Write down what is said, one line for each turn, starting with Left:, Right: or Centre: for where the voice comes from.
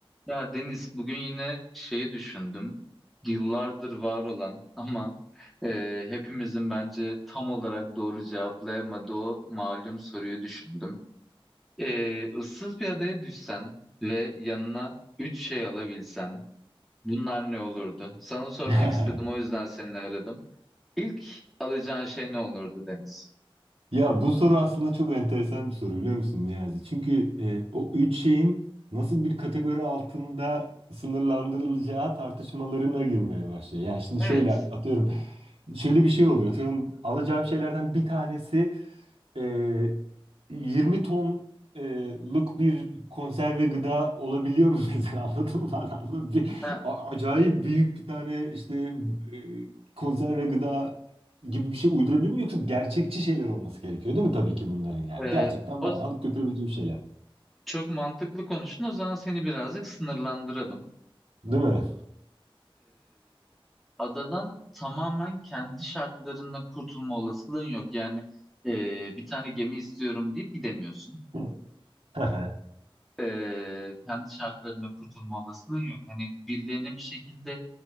Centre: Ya Deniz bugün yine şeyi düşündüm. Yıllardır var olan <laughs> ama e, hepimizin bence tam olarak doğru cevaplayamadığı o malum soruyu düşündüm. E, ıssız bir adaya düşsen ve yanına üç şey alabilsen bunlar ne olurdu? Sana sormak
Right: <laughs>
Centre: istedim o yüzden seni aradım. İlk alacağın şey ne olurdu Deniz?
Right: Ya bu soru aslında çok enteresan bir soru biliyor musun Niyazi? Çünkü e, o üç şeyin nasıl bir kategori altında sınırlandırılacağı tartışmalarına girmeye başlıyor. Yani şimdi
Centre: Evet.
Right: şöyle atıyorum, şöyle bir şey oluyor. Atıyorum alacağım şeylerden bir tanesi e, 20 tonluk bir konserve gıda olabiliyor mu <laughs> mesela anladın mı? Anladın mı? Bir,
Centre: Ha,
Right: a- acayip büyük bir tane işte e, konserve gıda gibi bir şey uydurabilir miyim yoksa gerçekçi şeyler olması gerekiyor değil mi tabii ki bunların yani.
Centre: e,
Right: Gerçekten
Centre: o,
Right: bayağı alıp götürebileceğim şeyler.
Centre: çok mantıklı konuştun. O zaman seni birazcık sınırlandıralım.
Right: Değil mi?
Centre: adadan tamamen kendi şartlarında kurtulma olasılığın yok. Yani e, bir tane gemi istiyorum deyip gidemiyorsun.
Right: Hı hı. Hı hı.
Centre: E, kendi şartlarında kurtulma olasılığın yok. Hani birilerine bir şekilde